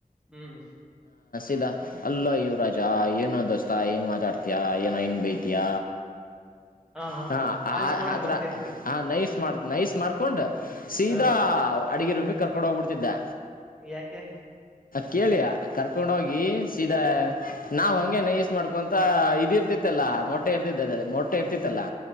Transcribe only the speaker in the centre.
ಹ್ಮ್
ಹಾ
ಪಾಲಿಶ್ ಮಾಡಕ್
ಬರ್ತಿದ್ರು
ಹ
ಯಾಕೆ
ಹ